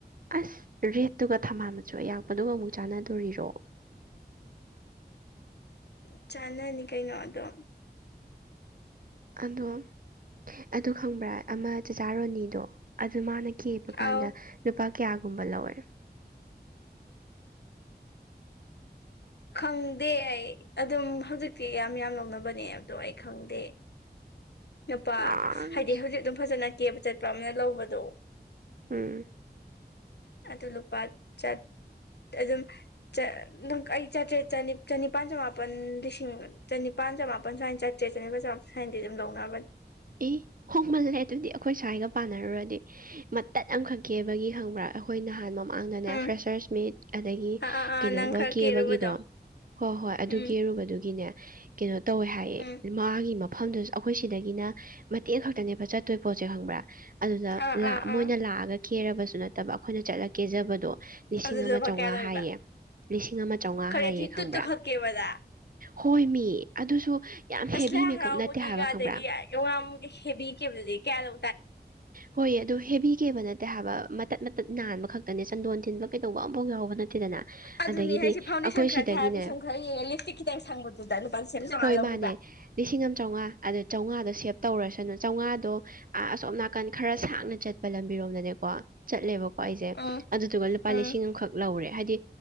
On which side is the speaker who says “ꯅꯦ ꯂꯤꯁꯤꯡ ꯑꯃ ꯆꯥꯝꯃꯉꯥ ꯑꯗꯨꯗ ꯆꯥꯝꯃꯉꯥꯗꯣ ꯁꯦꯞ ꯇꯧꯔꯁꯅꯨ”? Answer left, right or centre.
Right